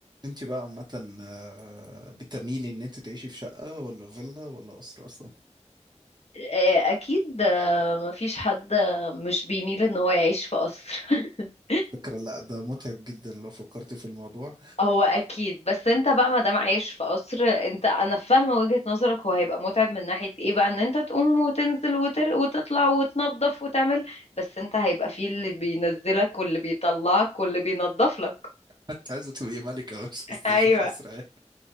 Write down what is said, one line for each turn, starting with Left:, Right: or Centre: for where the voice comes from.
Right: انت بقى عامة آه، بتميلي ان انت تعيشي في شقة ولا فيلا ولا أسرة اصلا
Left: آه، اكيد آه، مفيش حد آه، مش بيميل ان هو يعيش في قصر <laughs>
Right: فكرة لا ده متعب جدا لو فكرتي في الموضوع
Left: هو اكيد بس انت بقى ما دام عايش في قصر انت انا فاهمه وجهة نظرك هو هيبقى متعب من ناحيه ايه بقى ان انت تقوم وتنزل وتر... وتطلع وتنظف وتعمل بس انت هيبقى فيه اللي بينزلك واللي بيطلعك واللي بينظف لك
Right: <laughs> انت عايزة تبقي ملكة مش
Left: <laughs>
Right: عايزة
Left: ايوه
Right: تعيشي في أسرة يعني.